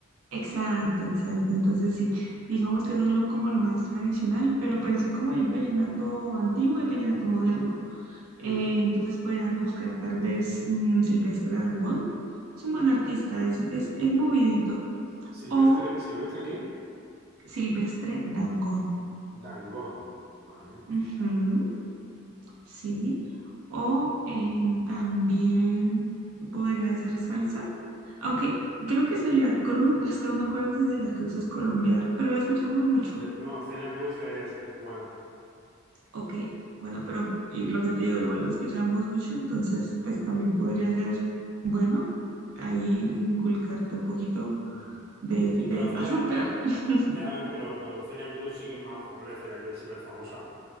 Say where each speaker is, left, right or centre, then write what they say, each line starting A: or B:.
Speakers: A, on the right; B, on the right.
A: Exacto, exacto. Entonces sí, digamos que eso es lo, como lo más tradicional, pero pues así como hay vallenato antiguo, y vallenato moderno. Eh,
B: Mm.
A: entonces podrías buscar tal vez mm, Silvestre Dangond. Es un buen artista, es, es, es movidito.
B: Silvestre,
A: O
B: ¿Silvestre qué?
A: Silvestre Dangond.
B: Dangond, vale,
A: Ujú,
B: fichado.
A: sí. O eh, también podría hacer salsa. Aunque creo que Celia Cruz, es que no me acuerdo si Celia Cruz es colombiana, pero la escuchamos mucho.
B: Ce- No, Celia Cruz es, es cubana.
A: Ok, bueno, pero y lo que te digo, igual la escuchamos mucho, entonces pues también podría ser, bueno, ahí inculcarte un poquito
B: Mm.
A: de,
B: Sí,
A: de
B: pero Celia,
A: azúcar.
B: ve,
A: <laughs>
B: ya ves, pero, pero Celia Cruz sí que es más, hombre, Celia Cruz es súper famosa.